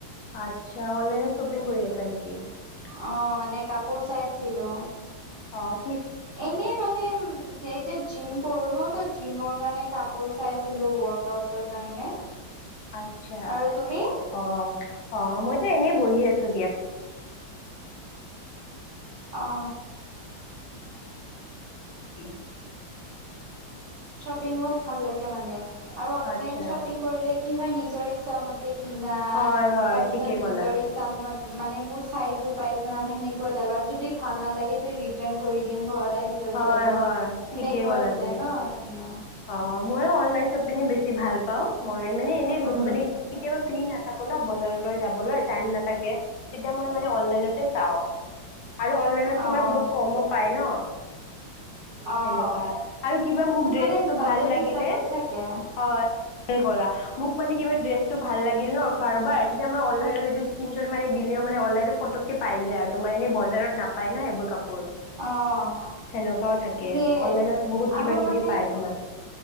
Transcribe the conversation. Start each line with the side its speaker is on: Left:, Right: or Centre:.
Left: আচ্ছা অনলাইনত শ্বপিং কৰি আছা নেকি <unintelligible>
Right: অ মানে কাপোৰ চাইছিলো
Left: অঁ
Right: এনেই মানে এতিয়া জিম কৰো ন ত জিমৰ কাৰণে কাপোৰ চাই আছিলো ৱৰ্ক আউটৰ কাৰণে
Left: আ্ছা
Right: আৰু তুমি
Left: অ অ মই এ এনে বহি আছে।
Right: অ
Left: <unintelligible>
Right: শপিঙো ভাল লাগে মানে। আৰু অনলাইন
Left: আচ্ছা
Right: শ্বপিং কৰিলে কি হয় নিজ চৰিছা মতে। কিনা
Left: হয় হয়
Right: তাৰপিছত
Left: ঠিকেই
Right: নিজৰ
Left: ক'লা
Right: ইচ্ছাম মানে মোৰ চাইজো পাই যাম সেনেকুৱা এটা যদি ভাল নালাগে তে ৰিটাৰ্ন কৰি দিম ঘৰত দাহি লৈ
Left: হয়
Right: যাব
Left: হয়
Right: সেনেকুৱা
Left: ঠিকেই ক'লা
Right: হৈ
Left: তুমি।
Right: যায় ন সেইকাৰণে
Left: অ মই অনলাইন শ্বপিঙো বেছি ভাল পাও মই মানে এনে
Right: উম,
Left: মানে কেতিয়া থ বজাৰলৈ যাবলৈ নাথে তেতিয়া মই মলন চাওঁ আৰুলন তমাৰ
Right: অ',
Left: বহুত কমো পায় ন সেনেকুৱা
Right: অ',
Left: আৰু কিবা মোকে
Right: মানে
Left: <inaudible> লিল ন
Right: বাজেট হিচাপত থাকে
Left: কাৰবাৰ তেতিয়া মইলাহললে এইটো স্্ৰীন্বট মাৰি দিলে মানে অনলাই ফ পাই যায় আৰু তোমাৰ এনে বজাৰত নাপায় ন সেইবোৰ কাপোৰ
Right: অ',
Left: সেনেকুৱাও থাকে
Right: সেয়ে
Left: অনলাইনত বহুত
Right: আৰু
Left: কিবা কিবি
Right: মানে
Left: পায় তোমাৰ